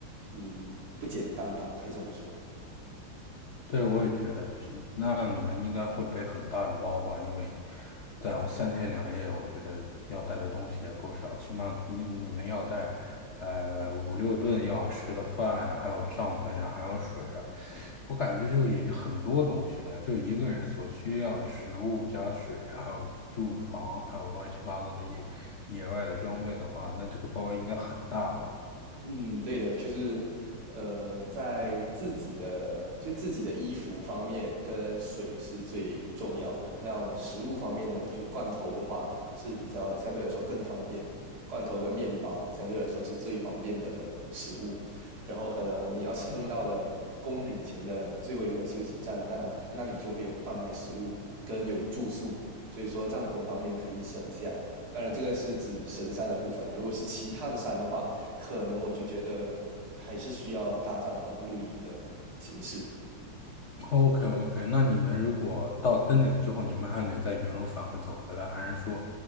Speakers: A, on the right; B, on the left.
A: 嗯不简单吧，我可以这么说。
B: 对，我也觉得是。那你们应该会背很大的包吧？因为在我三天两夜，我觉得要带的东西也不少，起码你你们要带，呃，五六顿要吃的饭呀、还有帐篷呀、还有水啊。我感觉这就已经很多东西了，就一个人所需要的食物加水，还有住房，还有乱七八糟的野野外的装备的话，那这个包应该很大吧？
A: 嗯，对的，就是呃，在自己的就自己的衣服方面跟水是最重要的。那后食物方面呢，就罐头的话是比较相对来说更方便，罐头跟面包相对来说是最方便的食物。然后可能你要撑到了宫顶前的最后一个休息站，那它那里就会有贩卖食物跟有住宿，所以说帐篷方面可以省下。当然，这个是指神山的部分了。如果是其他的山的话，可能我就觉得还是需要搭帐篷露营的形式。
B: OK OK，那你们如果到登顶之后，你们还得在原路返回走回来，还是说，